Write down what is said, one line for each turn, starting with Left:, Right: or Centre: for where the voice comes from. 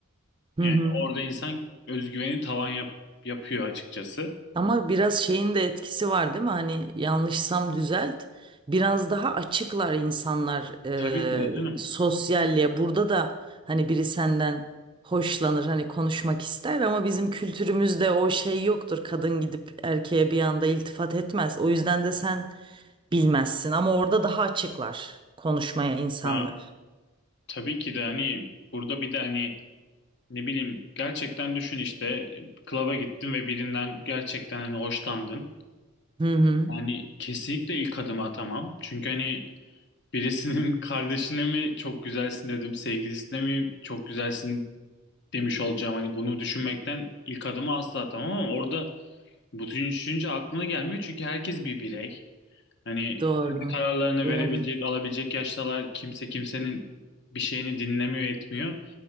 Right: hı
Left: yani
Right: hı.
Left: orada insan özgüveni tavan yap, yapıyor açıkçası.
Right: Ama biraz şeyin de etkisi var değil mi? Hani yanlışsam düzelt. Biraz daha açıklar insanlar e,
Left: Tabii ki de canım.
Right: sosyalliğe. Burada da hani biri senden hoşlanır, hani konuşmak ister ama bizim kültürümüzde o şey yoktur. Kadın gidip erkeğe bir anda iltifat etmez. O yüzden de sen bilmezsin ama orada daha açıklar konuşmaya insanlar.
Left: Ha, tabii ki de hani burada bir de hani ne bileyim gerçekten düşün işte klaba gittin ve birinden gerçekten hani hoşlandın.
Right: Hı hı.
Left: Yani kesinlikle ilk adımı atamam. Çünkü hani birisinin <laughs> kardeşine mi çok güzelsin dedim, sevgilisine mi çok güzelsin demiş olacağım. Hani bunu düşünmekten ilk adımı asla atamam ama orada Bu düşünce aklına gelmiyor çünkü herkes bir birey. Hani
Right: Doğru.
Left: kendi kararlarını
Right: Doğru.
Left: verebilecek, alabilecek yaştalar kimse kimsenin bir şeyini dinlemiyor, etmiyor.